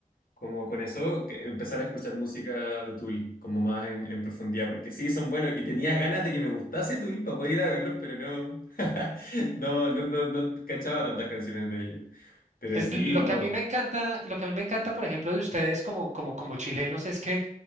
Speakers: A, on the left; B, on the right.
A: Como con eso, que empezar a escuchar música de Tool, como más en, en profundidad, porque sí, son buenos, y tenía ganas de que me gustase Tool para poder ir a verlos, pero no, <laughs> no, no, no, no cachaba tantas canciones de ellos. Pero
B: Es,
A: sí,
B: lo
A: no,
B: que a mí me encanta, lo que a mí me encanta, por ejemplo, de ustedes como, como, como chilenos es que